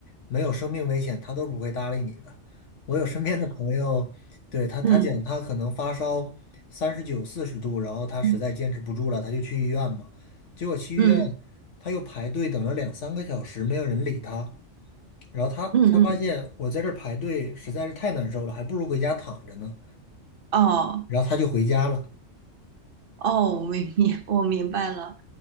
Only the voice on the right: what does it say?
嗯
嗯
嗯
嗯，嗯
哦。
哦，我明明 <laughs> 我明白了，